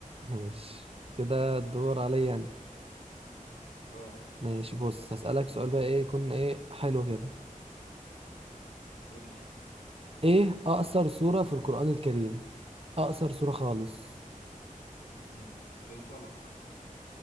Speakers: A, on the right; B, on the left.
A: ماشي كده الدور عليا انا
B: اه
A: ماشي بص هسألك سؤال بقى ايه يكون ايه حلو كده
B: قول لي
A: ايه اقصر سورة في القرآن الكريم اقصر سورة خالص
B: مم. الفلك